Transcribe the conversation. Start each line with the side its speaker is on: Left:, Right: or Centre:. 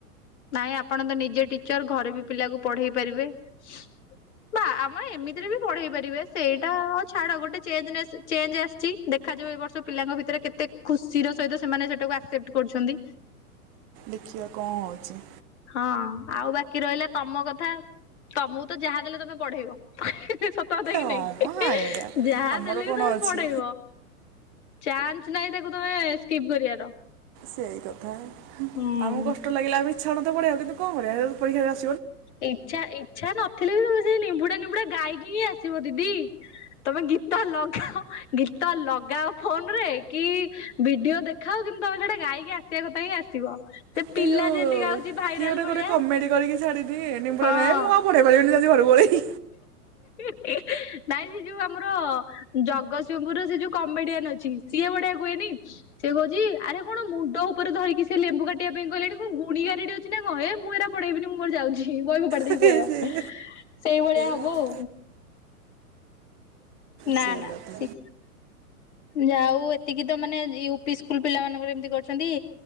Left: ନାଇଁ ଆପଣ ତ ନିଜେ ଟିଚର ଘରେ ବି ପିଲାକୁ ପଢ଼େଇ ପାରିବେ ହ <inaudible> ବା ଆମେ ଏମିତିରେ ବି ପଢେଇ ପାରିବେ ସେଇଟା ଛାଡ ଗୋଟେ ଚେଞ୍ଜନେସ୍ ଚେଞ୍ଜ୍ ଆସିଛି ଦେଖାଯାଉ ଏ ବର୍ଷ ପିଲାଙ୍କ ଭିତରେ କେତେ ଖୁସି ର ସହିତ ସେମାନେ ସେଟାକୁ ଆସେ ସେପ୍ଟ୍ କରୁଛନ୍ତି।
Right: ଦେଖିବା କଣ ହଉଛି।
Left: ହଁ ଆଉ ବାକି ରହିଲା ତମ କଥା ତମକୁ ତ ଯାହା ଦେଲେ ତମେ ପଢ଼େଇବ। ସତ କଥା କି
Right: ହଁ
Left: ନାଇଁ
Right: ମ ଏଇଆ
Left: ଯାହା
Right: ଆମର
Left: ଦେଲେ
Right: କଣ
Left: ବି ତମେ
Right: ଅଛି।
Left: ପଢ଼େଇବ। ଚାନ୍ସ ନାହିଁ ତାକୁ ତମେ ସ୍କିପ୍ କରିବାର।
Right: ସେଇ କଥା
Left: ହୁଁ
Right: ଆମକୁ କଷ୍ଟ ଲାଗିଲା ଆମେ ଇଚ୍ଛା ହଉନଥିବ ପଢେଇଆକୁ କିନ୍ତୁ କଣ କରିବା ପରୀକ୍ଷା
Left: ଇଚ୍ଛା ଇଚ୍ଛା ନଥିଲେ ବି ତମେ ସେ ନିମ୍ବୁଡା ନିମ୍ବୁଡ଼ା ଗାଇକି ହିଁ ଆସିବ ଦିଦି। ତମେ ଗୀତ ଲଗାଅ ଗୀତ ଲଗାଅ ଫୋନ ରେ କି ଭିଡିଓ ଦେଖାଅ କିନ୍ତୁ ତମେ ସେଟା ଗାଇକି ଆସିବା କଥା ହିଁ ଆସିବ।
Right: ସେ
Left: ପିଲା
Right: ଯୋଉ
Left: ଯେମିତି ଗାଉଛି ଭାଇରାଲ
Right: କିଏ ଗୋଟେ
Left: ଭଳିଆ
Right: ଗୋଟେ କମେଡି଼ କରିକି ଛାଡ଼ି ଦିଏ ନିମ୍ବୁଡ଼ା
Left: ହଁ।
Right: ନା ମୁଁ ଆଉ ପଢ଼େଇ ପାରିବିନି ଯାଉଛି ଘରକୁ ପଳେଇବି।
Left: <unintelligible> ନାଇଁ ସେ ଯୋଉ ଆମର ଜଗତସିଂହପୁରୁ ସେ ଯୋଉ କମେଡି଼ଆନ୍ ଅଛି ସିଏ ବଢି଼ଆ କୁହେନି ସେ କହୁଛି ଆରେ କଣ ମୁଣ୍ଡ ଉପରେ ଧରିକି ସେ ଲେମ୍ବୁ କାଟିବା ପାଇଁ ଆସିଲାଣି କଣ ଗୁଣି ଗାରେଡି଼ ଅ ଛି ନା କଣ ଏ ମୁଁ ଏରା ପଢ଼େଇବିନି ମୁଁ ମୋର ଯାଉଛି ବହି ଫୋପାଡ଼ି ଦେଇକି
Right: ସେ
Left: ପଳେଇବ
Right: ସେଇ
Left: ସେଇଭଳିଆ ହବ
Right: କଥା
Left: ଆଉ। ନା
Right: ସେଇ
Left: ନା
Right: କଥା
Left: ଶି ଯାଉ ଏତିକି ତ ମାନେ ୟୁପି ସ୍କୁଲ ପିଲାମାନଙ୍କ ର ଏମତି କରିଛନ୍ତି।